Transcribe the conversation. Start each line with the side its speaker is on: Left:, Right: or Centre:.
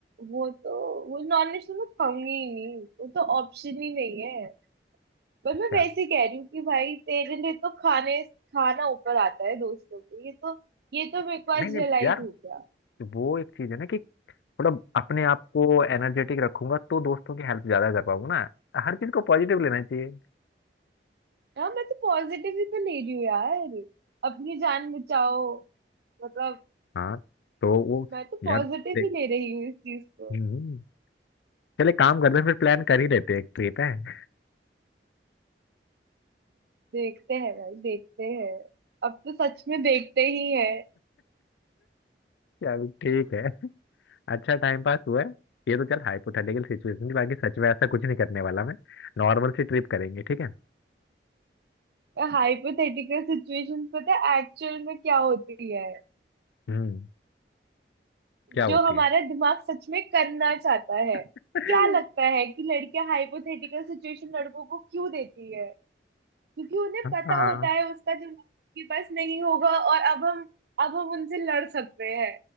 Right: वो तो वो नॉन वेज तो मैं खाऊंगी ही नहीं वो तो ऑप्शन ही नहीं है पर
Left: अच्छा
Right: मैं वैसे कह रही हूँ कि भाई तेरे लिए तो खाने खाना ऊपर आता है दोस्तों के ये तो ये तो मेरे को आज
Left: नहीं नहीं
Right: रियलाइज
Left: यार
Right: हो गया
Left: वो एक चीज है ना कि थोड़ा अपने आप को एनर्जेटिक रखूंगा तो दोस्तों की हेल्प ज्यादा कर पाऊंगा ना हर चीज को पॉजिटिव लेना चाहिए
Right: हाँ मैं तो पॉजिटिव ही तो ले रही हूँ यार अपनी जान बचाओ मतलब
Left: हाँ तो वो
Right: मैं तो
Left: यार
Right: पॉजिटिव
Left: देख
Right: ही ले रही हूँ इस चीज को
Left: हम्म, चले काम करते हैं फिर प्लान कर ही लेते हैं एक ट्रिप है
Right: देखते हैं भाई देखते हैं अब तो सच में देखते ही है
Left: अच्छा ठीक है अच्छा टाइम पास हुआ है ये तो चल हाइपोथेटिकल सिचुएशन थी बाकी सच में ऐसा कुछ नहीं करने वाला मैं नॉर्मल सी ट्रिप करेंगे ठीक है
Right: हाइपोथेटिकल सिचुएशन पता है एक्चुअल में क्या होती है
Left: हम्म क्या होती
Right: जो हमारा
Left: है
Right: दिमाग सच में करना चाहता है
Left: <laughs>
Right: क्या लगता है कि लड़कियां हाइपोथेटिकल सिचुएशन लड़कों को क्यों देती है क्योंकि उन्हें पता
Left: हाँ
Right: होता है उसका जवाब उनके पास नहीं होगा और अब हम अब हम उनसे लड़ सकते हैं